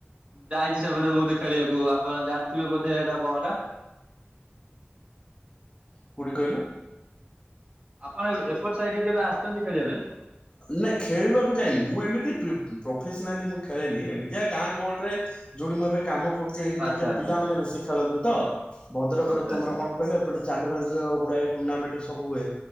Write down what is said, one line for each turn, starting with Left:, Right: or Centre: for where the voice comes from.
Right: ଯାଇଛି ସେପଟେ ବହୁତ ଖେଳିବାକୁ। ଆପଣ ଜାଣିଥିବେ ବୋଧେ ଏଟା କଣ ଟା?
Left: କୋଉଠି କହିଲ?
Right: ଆପଣ ଏପଟ ସାଇଡ କେବେ ଆସିଛନ୍ତି? ଖେଳିବା ପାଇଁ
Left: ନା ଖେଳିବାକୁ ଯାଇନି ମୁଁ ଏମିତି ପ୍ରଫେସନାଲି ମୁଁ ଖେଳେନି ଏମିତିଆ ଗାଁ କଳରେ ଯୋଉଠି ମୁଁ ଏବେ କାମ ଏଇଠି
Right: ଆଚ୍ଛା
Left: ଟିକେ
Right: ଆଚ୍ଛା
Left: ପିଲାମାନେେ
Right: ଆଚ୍ଛା
Left: ବେଶୀ ଖେଳନ୍ତି ତ ଭଦ୍ରକରେ
Right: ଆଚ୍ଛା
Left: ତମର
Right: ଆଚ୍ଛା
Left: କଣ କହିଲ ଏପଟେ ଚାଡି ଗୁଡା ଟୁର୍ଣ୍ଣାମେଣ୍ଟ ସବୁ ହୁଏ